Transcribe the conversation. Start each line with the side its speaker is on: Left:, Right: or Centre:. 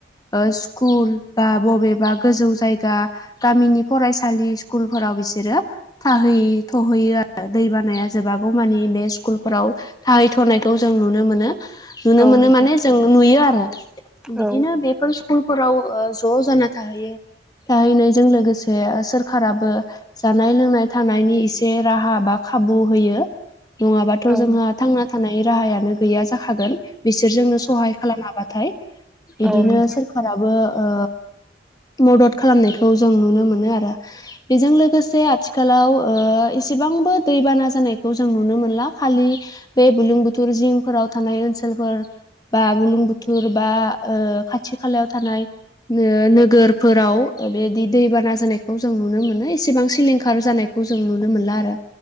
Left: ओ स्कुल बा बबेबा गोजौ जायगा गामिनि फरायसालि स्कुलफोराव बिसोरो थाहै थहैयो आरो दै बानाया जोबागौ मानि बे स्कुलफोराव थाहैथ'नायखौ जों नुनो मोनो। नुनो मोनो
Centre: नोंथां
Left: माने जोंनो नुयो आरो
Centre: औ
Left: बिदिनो
Centre: औ
Left: बे बेफोर स्कुलफोराव ओ ज' जाना थाहैयो। थाहैनायजों लोगोसे ओ सोरखाराबो जानाय लोंनाय थानायनि इसे राहा बा खाबु होयो। नङाबाथ'
Centre: नोंथां औ नोंथां औ
Left: जोंहा थांना थानायनि राहायानो गैया जाखागोन। बिसोर जोंनो सहाय खालामाबाथाय बिदिनो
Centre: नोंथां
Left: सोरखाराबो ओ मदद खालामनायखौ जों नुनो मोनो आरो बेजों लोगोसे थिखालाव ओ एसेबांबो दैबाना जानायखौ जों नुनो मोनला खालि बे बुलुंबुथुर जिंफोराव थानाय ओनसोल लफोर बा बुलुं बुथुर बा ओ खाथि खालायाव थानाय नो-नोगोरफोराव बेदि दैबाना जानायखौ जों नुनो मोनो एसेबां सिलिंखार जानायख खौ जों नुनो मोनला आरो